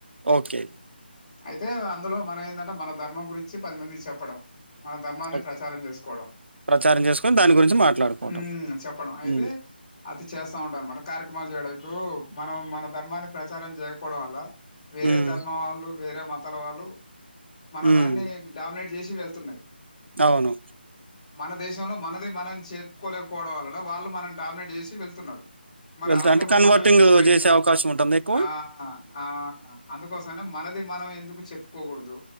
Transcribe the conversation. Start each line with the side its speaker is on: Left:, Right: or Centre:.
Right: ఓకే
Left: అయితే అందులో మనం ఏంటంటే మన ధర్మం గురించి పది మందిని చెప్పడం మన ధర్మాన్ని
Right: ఓకే.
Left: ప్రచారం చేసుకోవడం
Right: ప్రచారం చేసుకొని దాని గురించి మాట్లాడుకోవటం.
Left: మ్... చెప్పడం అయితే
Right: హ్మ్.
Left: అది చేస్తా ఉంటా అనమాట కార్యక్రమాలు చేయడం ఇప్పుడు మనం మన ధర్మాన్ని ప్రచారం చేయకపోవడం వల్ల వేరే
Right: హ్మ్.
Left: ధర్మం వాళ్ళు వేరే మతాల వాళ్ళు మన
Right: హ్మ్.
Left: దాన్ని డామినేట్ చేసి వెళ్తున్నాయి
Right: అవును
Left: మన దేశంలో మనది మనం చేప్పుకోలేకపోవడం వలన వాళ్ళు మనని డామినేట్ చేసి వెళ్తున్నారు మరి
Right: వెళ్తా
Left: అలాంటప్పుడు
Right: అంటే కన్వర్టింగ్
Left: మనం ఎందుకు బయటికిదు
Right: చేసే అవకాశం ఉంటుందా ఎక్కువ?
Left: ఆ ఆ అందుకోసమనా మనది మనం ఎందుకు చెప్పుకోకూడదు